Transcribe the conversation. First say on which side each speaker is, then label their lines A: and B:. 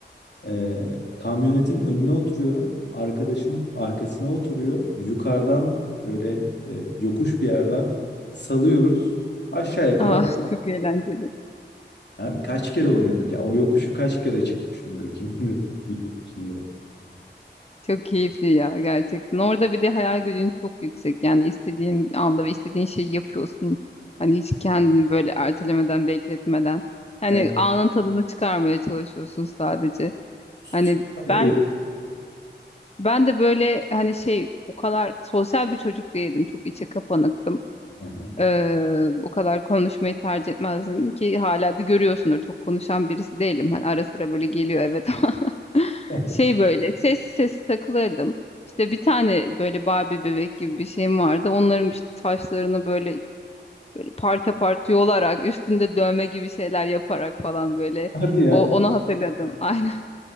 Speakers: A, on the left; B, on the left.
A: e, kamyonetin önüne oturuyorum. Arkadaşım arkasına oturuyor. Yukarıdan böyle e, yokuş bir yerden salıyoruz. Aşağıya kadar
B: Aa, <laughs> çok eğlenceli.
A: Abi kaç kere oynuyorduk ya? O yokuşu kaç kere çıkmışımdır <laughs> kim bilir bir içinde.
B: Çok keyifli ya gerçekten. Orada bir de hayal gücün çok yüksek. Yani istediğin anda ve istediğin şeyi yapıyorsun. Hani hiç kendini böyle ertelemeden, bekletmeden. Yani
A: Evet,
B: anın tadını çıkarmaya çalışıyorsun sadece.
A: süper
B: Hani ben
A: eğlenceli.
B: ben de böyle hani şey o kadar sosyal bir çocuk değildim. Çok içe kapanıktım.
A: Aha.
B: Ee, o kadar konuşmayı tercih etmezdim ki hala da görüyorsundur. Çok konuşan birisi değilim. Hani ara sıra böyle geliyor evet <laughs> ama
A: <laughs>
B: şey böyle ses sesi takılırdım. İşte bir tane böyle Barbie bebek gibi bir şeyim vardı. Onların işte saçlarını böyle böyle parça parça yolarak üstünde dövme gibi şeyler yaparak falan böyle
A: Hadi ya.
B: o onu hatırladım. <laughs> Aynen.